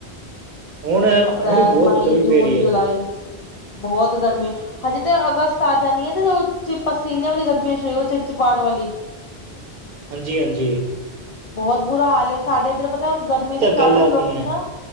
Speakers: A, on the right; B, on the left.
A: ਹੁਣ
B: ਅਪ੍ਰੈਲ,
A: ਹੁਣ ਬਹੁਤ
B: ਮਈ,
A: ਗਰਮੀ
B: ਜੂਨ,
A: ਪੈ ਰਹੀ ਹੈ
B: ਜੁਲਾਈ ਬਹੁਤ ਗਰਮੀ। ਹਜੇ ਤਾਂ ਅਗਸਤ ਆ ਜਾਣੀ ਆ ਤੇ ਜਦੋਂ ਪਸੀਨੇ ਵਾਲੀ ਗਰਮੀਆਂ ਸ਼ੁਰੂ ਚਿਪ ਚਿਪਾਹਟ ਵਾਲੀ।
A: ਹਾਂਜੀ-ਹਾਂਜੀ।
B: ਬਹੁਤ ਬੁਰਾ ਹਾਲ ਏ ਸਾਡੇ ਇੱਧਰ ਪਤਾ ਗਰਮੀ ਦੇ ਕਾਰਨ
A: ਗੱਲ ਆਨੀ
B: ਲੋਕੀ
A: ਹੈ
B: ਨਾ,